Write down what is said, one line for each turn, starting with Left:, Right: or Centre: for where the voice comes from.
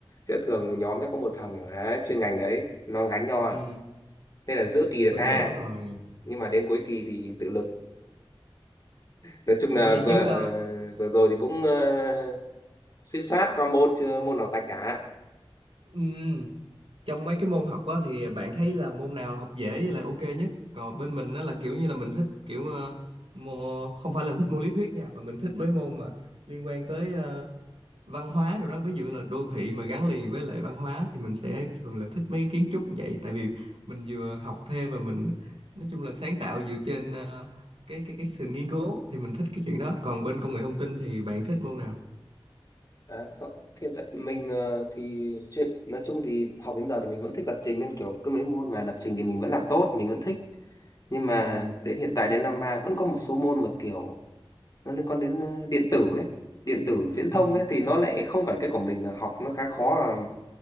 Left: sẽ thường nhóm sẽ có một thằng ở đấy chuyên ngành đấy nó gánh cho à
Right: ừ,
Left: nên là giữa kỳ được
Right: mình
Left: A
Right: hiểu rồi
Left: nhưng mà đến cuối kỳ thì tự lực nói chung
Right: ủa
Left: là
Right: vậy
Left: vừa
Right: chứ ờ,
Left: vừa rồi thì cũng uh, suýt soát qua môn chưa môn nào tạch cả
Right: ừ, trong mấy cái môn học á thì bạn thấy là môn nào là học dễ với lại ok nhất còn bên mình nó là kiểu như là mình thích kiểu ờ, mô, không phải là thích môn lý thuyết nha mà mình thích mấy môn mà liên quan tới ờ, văn hóa rồi đó ví dụ là đô thị mà gắn liền với lại văn hóa thì mình sẽ thường là thích mấy cái kiến trúc như vậy tại vì mình vừa học thêm và mình nói chung là sáng tạo dựa trên ờ, cái cái cái sự nghiên cứu thì mình thích cái chuyện đó còn bên công nghệ thông tin thì bạn thích môn nào
Left: À, không, thì hiện tại mình ờ, thì chuyện nói chung thì học đến giờ thì mình vẫn thích lập trình nên kiểu cứ mấy môn mà lập trình thì mình vẫn làm tốt mình vẫn thích nhưng mà
Right: ừ
Left: đến hiện tại đến năm ba vẫn có một số môn mà kiểu nó liên quan đến ờ, điện tử ấy điện tử viễn thông
Right: ừ
Left: ấy thì nó lại không phải cái của mình ờ, học nó khá khó và